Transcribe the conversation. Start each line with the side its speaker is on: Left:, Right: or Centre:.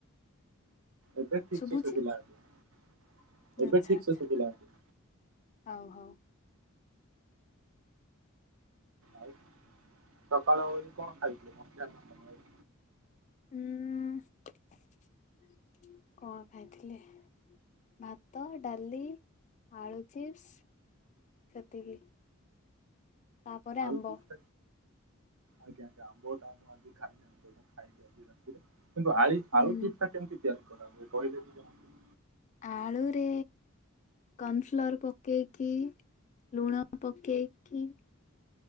Right: ଏବେ ଠିକସେ
Left: ଶୁଭୁଛି
Right: ଶୁଭିଲା ଆଜ୍ଞା। ଏବେ
Left: ଆଚ୍ଛା
Right: ଠିକସେ
Left: ଆଚ୍ଛା
Right: ଶୁଭିଲା ଆଜ୍ଞା।
Left: ହଉ ହଉ
Right: ଆଉ ସକାଳ ଓଳି କଣ ଖାଇଥିଲେ ମଧ୍ୟାହ୍ନ ସମୟରେ?
Left: ହୁଁ କଣ ଖାଇଥିଲି। ଭାତ ଡାଲି ଆଳୁ ଚିପ୍ସ। ସେତିକି ତାପରେ
Right: ଆଳୁ
Left: ଆମ୍ବ।
Right: ଚିପ୍ସ ଆଜ୍ଞା ଆଜ୍ଞା ଆମ୍ବଟା ମୁଁ ଆଜି ଖାଇନି ଆମ୍ବଟା ଖାଇବି ଆଜି ରାତିରେ କିନ୍ତୁ ଆଳି
Left: ହୁଁ
Right: ଆଳୁ ଚିପ୍ସଟା କେମିତି? ତିଆରି କରା ହୁଏ କହିଲେ ଟିକେ ମତେ?
Left: ଆଳୁରେ କନ୍ ଫ୍ଲୋର୍ ପ- କେଇକି ଲୁଣ ପକେଇକି